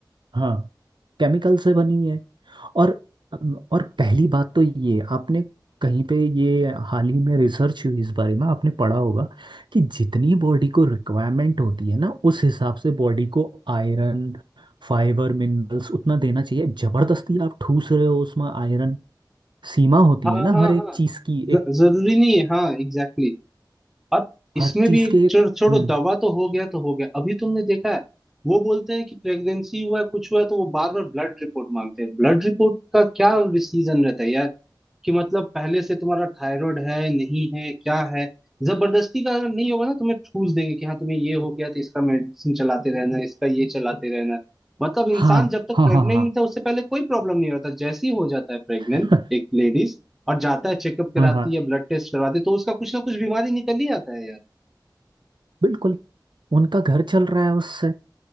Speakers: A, on the right; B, in the centre.
A: हाँ केमिकल से बनी है और और पहली बात तो ये आपने कहीं पे ये हाल ही में रिसर्च हुई इस बारे में आपने पढ़ा होगा कि जितनी बॉडी को रिक्वायरमेंट होती है ना उस हिसाब से बॉडी को आयरन फाइबर मिनरल्स उतना देना चाहिए जबरदस्ती आप ठूस रहे हो उसमें आयरन सीमा होती
B: हाँ
A: है ना
B: हाँ
A: हर एक
B: हाँ
A: चीज की
B: ज-
A: एक
B: जरूरी नहीं है हाँ एग्जैक्टली और इसमें
A: हर चीज
B: भी एक
A: के एक
B: चो- छोड़ो
A: हम्म
B: दवा तो हो गया तो हो गया अभी तुमने देखा है वो बोलते हैं कि प्रेगनेंसी हुआ है कुछ हुआ है तो वो बार बार ब्लड रिपोर्ट मांगते हैं ब्लड रिपोर्ट का क्या सीजन रहता है यार कि मतलब पहले से तुम्हारा थायराइड है नहीं है क्या है जबरदस्ती का अगर नहीं होगा ना तुम्हें ठूस देंगे कि हाँ तुम्हें ये हो गया तो इसका मेडिसिन चलाते रहना इसका ये चलाते रहना मतलब इंसान
A: हाँ
B: जब तक
A: हाँ
B: प्रेग्नेंट
A: हाँ हाँ
B: नहीं था उससे पहले कोई प्रॉब्लम नहीं होता जैसे ही हो जाता है प्रेग्नेंट
A: <laughs>
B: एक लेडीज और जाता है चेकअप कराती
A: हाँ हाँ
B: है ब्लड टेस्ट करवाती है तो उसका कुछ ना कुछ बीमारी निकल ही आता है यार
A: बिल्कुल उनका घर चल रहा है उससे